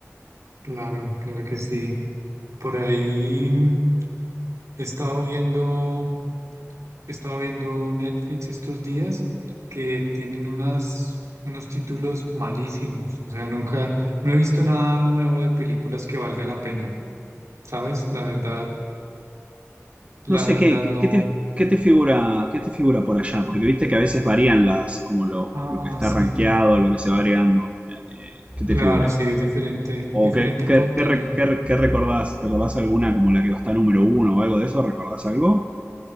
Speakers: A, on the right (about 75°); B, on the right (about 25°).
A: Claro, claro que sí. Por ahí mm, he estado viendo, he estado viendo Netflix estos días que tienen unas, unos títulos malísimos. O sea, nunca, no he visto nada nuevo de películas que valga la pena, ¿sabes? La verdad, la
B: No sé,
A: verdad
B: ¿qué, qué,
A: no.
B: qué te, qué te figura, qué te figura por allá? Porque viste que a veces varían las, como lo,
A: Ah,
B: lo que está
A: sí,
B: rankeado, lo que se va agregando. Eh, ¿qué te
A: claro,
B: figura?
A: sí, es diferente,
B: ¿O
A: diferente
B: qué,
A: el
B: qué,
A: contenido.
B: qué re- qué re- qué recordás? ¿Recordás alguna como la que va a estar número uno o algo de eso? ¿Recordás algo?